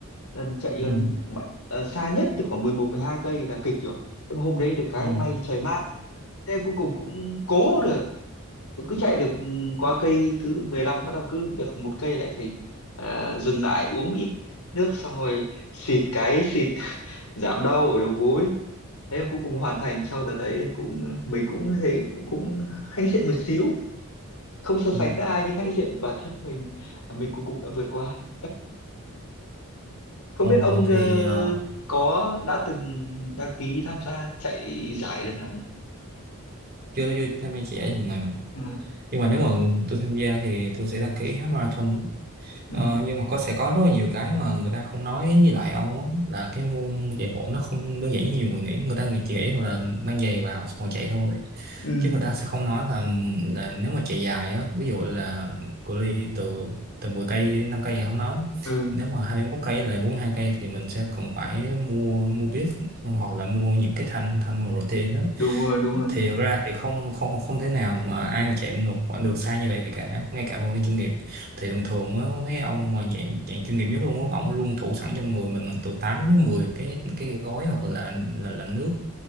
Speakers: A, on the left; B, on the right.
A: lần chạy
B: Ừ.
A: gần mà- ờ, xa nhất thì khoảng 11 hai cây là kịch rồi nhưng mà hôm đấy được cái
B: Ừ.
A: là may trời mát thế em cuối cùng cũng cố được cứ chạy được ừ, qua cây thứ 15 bắt đầu cứ được một cây lại phải ờ, dừng lại uống một ít nước xong rồi xịt cái xịt <laughs> giảm đau ở đầu gối thế em cuối cùng hoàn thành sau đợt đấy cũng mình cũng thấy cũng hãnh diện một xíu không so sánh
B: Ừ.
A: với ai nhưng hãy diện bản thân mình là mình cuối cùng đã vượt qua không
B: Ừ.
A: biết ông ờ,
B: thì ờ,
A: có đã từng đăng ký tham gia chạy giải lần nào nhỉ
B: chưa chưa tham gia chạy thằng nào
A: ừ,
B: nhưng mà nếu mà tôi tham gia thì tôi sẽ đăng ký half marathon
A: ừ
B: ờ, nhưng mà có sẽ có rất là nhiều cái mà người ta không nói với lại ông á là cái môn chạy bộ nó không đơn giản như nhiều người nghĩ người ta nghĩ chỉ nghĩ là mang giày vào xong rồi chạy thôi
A: ừ
B: chứ người ta sẽ không nói là là nếu mà chạy dài á ví dụ là cự ly từ từ 10 cây 5 cây thì không nói
A: ừ
B: nếu mà 21 cây là 42 cây thì mình sẽ cần phải mua mua bib hoặc là mua những cái thanh thanh mà protein đó,
A: đúng rồi đúng rồi
B: thì thực ra thì không không không không thể nào mà ai mà chạy một quãng đường xa như vậy cả ngay cả vận động viên chuyên nghiệp thì thường thường á, mấy ông mà dạng, dạng chuyên nghiệp nhất luôn á ổng luôn thủ sẵn trong người mình là từ 8 đến 10 cái cái gói hoặc là là là nước